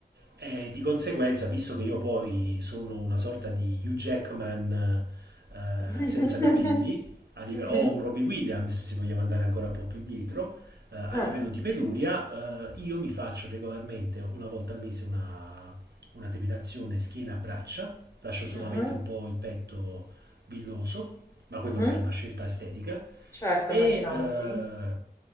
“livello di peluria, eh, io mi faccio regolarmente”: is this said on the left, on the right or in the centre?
Right